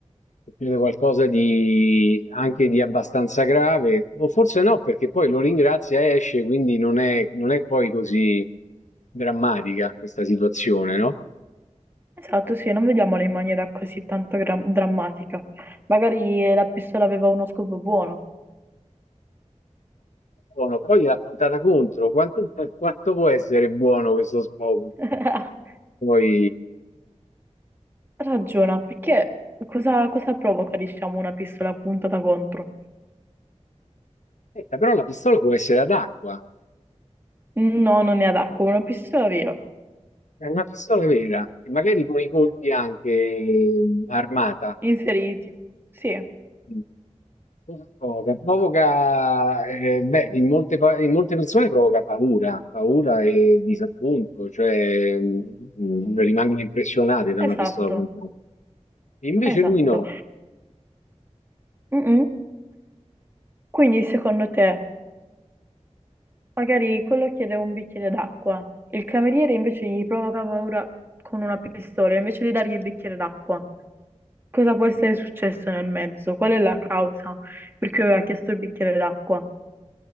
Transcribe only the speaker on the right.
Esatto, sì, non vediamola in maniera così tanto gra- drammatica. Magari la pistola aveva uno scopo buono.
<laughs>
Ragiona, perché cosa, cosa provoca, diciamo, una pistola puntata contro?
No, non è ad acqua, una pistola vera.
Inseriti. Sì.
Esatto,
esatto.
Mm-mm. Quindi secondo te, magari quello chiede un bicchiere d'acqua, il cameriere invece gli provoca paura con una pistola, invece di dargli il bicchiere d'acqua, cosa può essere successo nel mezzo? Qual è la causa per cui aveva chiesto il bicchiere d'acqua?